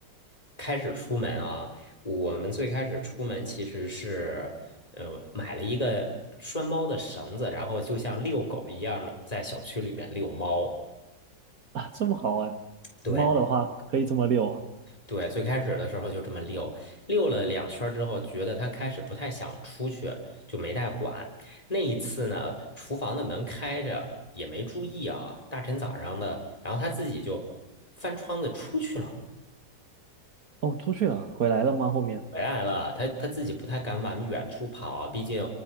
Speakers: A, on the left (about 20°); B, on the right (about 55°).
A: 开始出门啊，我们最开始出门其实是，呃，买了一个拴猫的绳子，然后就像遛狗一样，在小区里边遛猫。
B: 啊，这么好玩。
A: 对，
B: 猫的话可以这么遛啊
A: 对，最开始的时候就这么遛，遛了两圈儿之后，觉得他开始不太想出去，就没带管。那一次呢，厨房的门开着，也没注意啊，大晨早上的，然后他自己就翻窗子出去了。
B: 哦，出去了，回来了吗？后面？
A: 回来了，它它自己不太敢往远处跑啊，毕竟